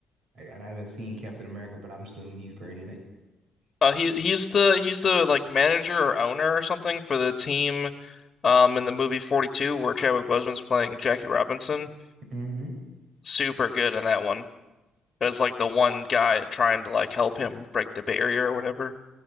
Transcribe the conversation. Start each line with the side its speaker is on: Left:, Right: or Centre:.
Right: like, and I haven't seen Captain America, but I'm assuming he's great in it.
Left: Uh, he he's the he's the like manager or owner or something for the team, um, in the movie 42 where Chadwick Boseman's playing Jackie Robinson.
Right: hmm
Left: Super good in that one. As like the one guy trying to like help him break the barrier or whatever.